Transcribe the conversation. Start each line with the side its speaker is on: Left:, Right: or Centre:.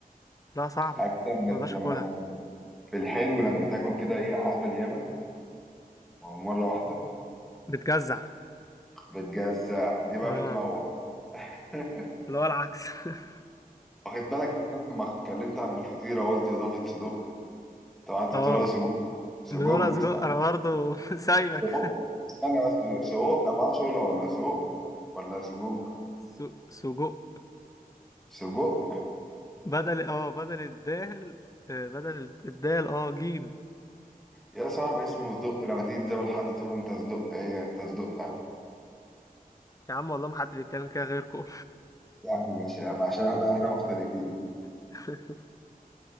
Left: لا صعبة
Centre: عارف لما
Left: ما اقدرش
Centre: لما
Left: اكلها
Centre: في الحلو لما تاكل كده ايه عسل ياما مره واحده
Left: بتجزع
Centre: بتجزع دي بقى
Left: اه
Centre: بتموع <laughs>
Left: اللي هو العكس <laughs>
Centre: واخد بالك إن أنا لما اتكلمت عن الفطيرة قلت إضافة صدق طبعا أنت
Left: اه
Centre: بتقولها سجوج سجوج
Left: بنقول سجق
Centre: صح؟
Left: انا برضه <laughs> سايبك
Centre: سجق استنى بس سجق أنا ما أعرفش أقولها ولا سجق ولا سجوج
Left: س- سجق
Centre: سجق
Left: بدل اه بدل الدال آه، بدل الدال اه جيم
Centre: يا صاحبي اسمه صدق لما تيجي تزابل حد تقول له أنت صدق إيه يعني أنت صدق
Left: يا عم والله ما حد بيتكلم كده غيركم
Centre: يا عم ماشي يا عم عشان إحنا إحنا مختلفين
Left: <laughs>